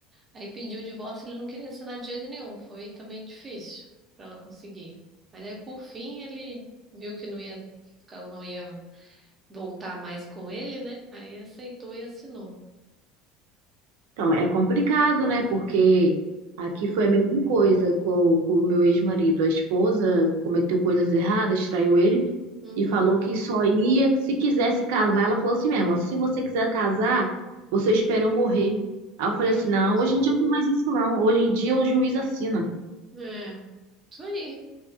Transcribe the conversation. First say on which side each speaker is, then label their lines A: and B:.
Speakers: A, on the right; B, on the right.
A: Aí pediu o divórcio, ele não queria assinar de jeito nenhum. Foi também difícil para ela conseguir. Mas aí, por fim, ele viu que não ia, que ela não ia voltar mais com ele, né? Aí aceitou e assinou.
B: Então é complicado, né? Porque aqui foi a mesma coisa com, com o meu ex-marido. A esposa cometeu coisas erradas, traiu ele.
A: Uhum.
B: e falou que só ia se quisesse casar. Ela falou assim mesmo: ó, se você quiser casar, você espera eu morrer. Aí eu falei
A: Meu
B: assim: não,
A: Deus.
B: hoje em dia não tem mais isso, não. Hoje em dia o juiz assina.
A: É, isso aí.